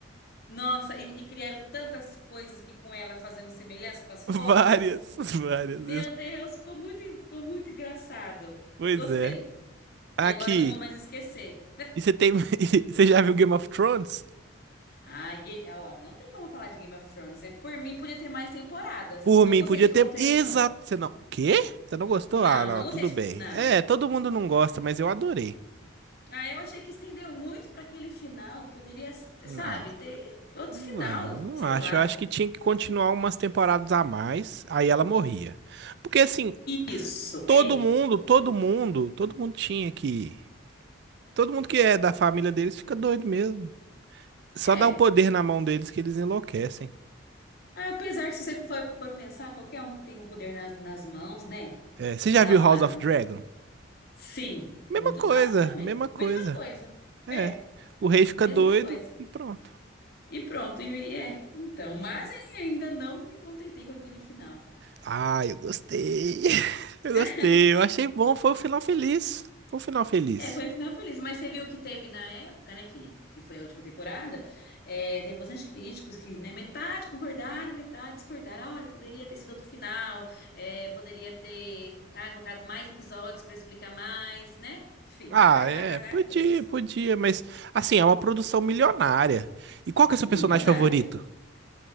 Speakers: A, on the left; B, on the right.
A: Nossa, e, e criaram tantas coisas aqui com ela fazendo semelhança com as
B: Várias,
A: fotos.
B: <laughs> várias
A: Meu
B: vezes.
A: Deus, ficou muito, ficou muito engraçado.
B: Pois
A: Eu gostei.
B: é. Aqui.
A: E agora eu não vou mais esquecer.
B: E você tem. <laughs> Você já viu Game of Thrones?
A: Ah, Ga- é, ó, não tem como falar de Game of Thrones, né? Por mim, podia ter mais temporadas.
B: Por
A: Não
B: mim,
A: gostei
B: podia
A: de como
B: ter.
A: terminou.
B: Exato. Você não... O quê? Você não gostou?
A: Não,
B: Ah, não,
A: não gostei
B: tudo
A: de.
B: bem.
A: co- Não.
B: É, todo mundo não gosta, mas eu adorei.
A: Ah, eu achei que estendeu muito para aquele final. Poderia,
B: Não,
A: sabe, ter outro
B: não,
A: final.
B: não
A: Sei
B: acho.
A: lá.
B: Eu acho que tinha que continuar umas temporadas a mais. Aí ela morria. Porque assim,
A: Isso,
B: todo
A: é.
B: mundo,
A: Tipo
B: todo
A: Isso.
B: mundo, todo mundo tinha que. Todo mundo que é da família deles fica doido mesmo. Só
A: É.
B: dá o poder na mão deles que eles enlouquecem.
A: Apesar que se você for, for pensar, qualquer um que tem o poder nas, nas mãos, né?
B: É, você já
A: Dá
B: viu
A: uma.
B: House of
A: um-
B: Dragon?
A: Sim,
B: Mesma
A: muito
B: coisa,
A: top também.
B: mesma coisa.
A: Mesma coisa.
B: É.
A: É,
B: O rei fica
A: mesma
B: doido
A: coisa.
B: e pronto.
A: E pronto, e é. Então, mas ainda não me contentei com aquele final.
B: Ah, eu gostei. <laughs> Eu
A: <laughs>
B: gostei. Eu achei bom. Foi um final feliz. Foi um final feliz.
A: É, foi um final feliz, mas você viu que teve na época, né, que, que foi a última temporada, é, teve bastante críticos que, né, metade concordaram, metade discordaram. Olha, poderia ter sido outro final, é, poderia ter, ah, colocado mais episódios pra explicar mais, né? Enfim,
B: Ah,
A: não dá pra
B: é.
A: agradar
B: Podia,
A: a todos.
B: podia. Mas, assim, é uma produção milionária. E qual que é o seu personagem
A: Milionária.
B: favorito?